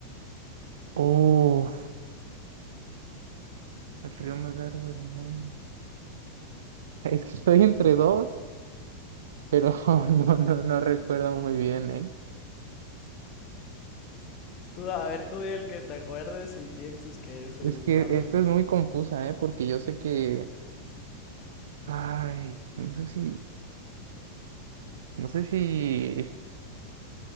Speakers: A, on the right; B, on the left.
A: Uf, el río más largo del mundo. Es que estoy entre dos, pero <laughs> no, no, no recuerdo muy bien, ¿eh?
B: Tú, a ver, tú di el que te acuerdes y pienses que es el-
A: Es que
B: la respuesta.
A: esta es muy confusa, ¿eh? Porque yo sé que, ay, no sé si, no sé si